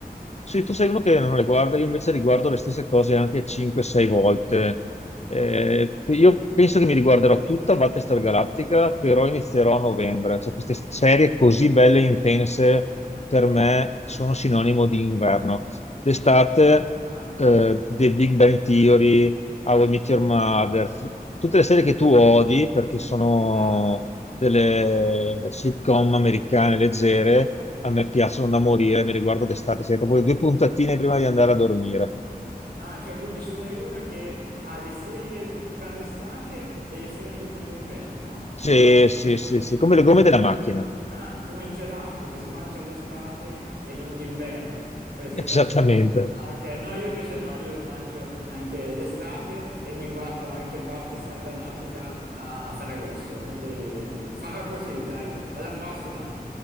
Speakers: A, on the left; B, on the right.
A: Sì, tu sei uno che non le guarda, io invece riguardo le stesse cose anche 5-6 volte. Eh, io penso che mi riguarderò tutta Battlestar Galactica, però inizierò a novembre. Cioè, queste serie così belle e intense per me sono sinonimo di inverno. D'estate,
B: Ah,
A: eh, The Big Bang Theory, How I Met Your Mother, tutte le serie che tu odi perché sono
B: Esatto,
A: delle sitcom americane leggere, a me piacciono da morire, me le guardo d'estate, sai, proprio due puntatine prima di andare a dormire.
B: Ah, cioè quindi sono io una che ha le serie per l'estate e le serie per l'inverno?
A: Sì,
B: No, io-
A: sì, sì, sì, come le gomme della macchina,
B: ah, come il gelato che si mangia l'estate e non d'inverno, queste
A: <laughs> esattamente.
B: cose qua. Ah, ok, no, io invece no, io lo mangio anche l'estate e mi guardo anche Battlestar Galactica a, a Ferragosto, quindi farò così, dai, alla prossima!